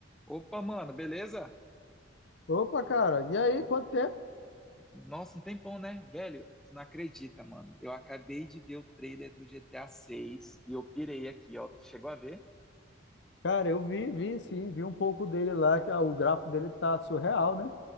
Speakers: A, in the centre; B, on the left.
A: Opa, mano, beleza?
B: Opa, cara, e aí, quanto tempo?
A: Nossa, um tempão, né? Velho, tu não acredita, mano. Eu acabei de ver o trailer do GTA 6 e eu pirei aqui, ó. Tu chegou a ver?
B: Cara, eu vi, vi sim, vi um pouco dele lá, que ah, o gráfico dele tá surreal, né?